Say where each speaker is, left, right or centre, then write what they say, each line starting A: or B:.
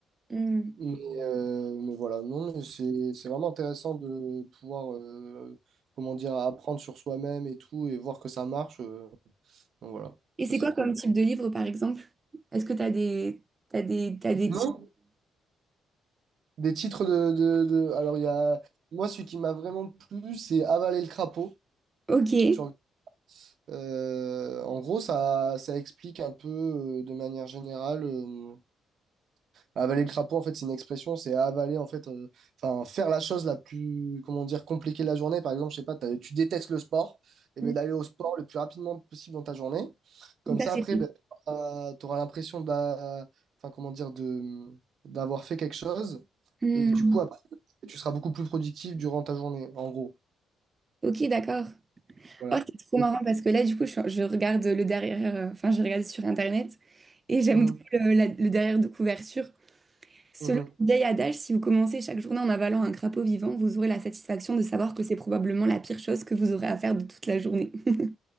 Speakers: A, on the right (about 30°); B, on the right (about 60°).
A: Mmh.
B: Mais, euh, mais voilà, non, mais c'est, c'est vraiment intéressant de pouvoir, euh, comment dire, apprendre sur soi-même et tout, et voir que ça marche. euh. donc voilà,
A: Et
B: ça
A: c'est
B: c'est
A: quoi
B: cool.
A: comme type de livre, par exemple? Est-ce que t'as des, t'as des, t'as des types?
B: Non? Des titres de, de, de- Alors, il y a... Moi, celui qui m'a vraiment plu, c'est Avaler le crapaud.
A: Ok.
B: Tu regardes. Euh, en gros, ça, ça explique un peu, euh, de manière générale... euh, Avaler le crapaud, en fait, c'est une expression, c'est avaler, en fait, euh, enfin, faire la chose la plus, comment dire, compliquée de la journée. Par exemple, je sais pas, t'as- tu détestes le sport, et bien
A: Mm.
B: d'aller au sport le plus rapidement possible dans ta journée. Comme
A: Ça,
B: ça,
A: c'est...
B: après, ben, tu auras l'impression d'a- enfin, comment dire, de, d'avoir fait quelque chose.
A: Mm.
B: Et du coup, après, tu seras beaucoup plus productif durant ta journée, en gros.
A: Ok, d'accord.
B: Voilà.
A: Oh, c'est trop
B: Et-
A: marrant parce que là, du coup, je, je regarde le derrière, euh, enfin, je regarde sur Internet et j'aime
B: Mhm,
A: trop le, la- le derrière de couverture. Selon
B: mhm.
A: le vieil adage, si vous commencez chaque journée en avalant un crapaud vivant, vous aurez la satisfaction de savoir que c'est probablement la pire chose que vous aurez à faire de toute la journée. <laughs>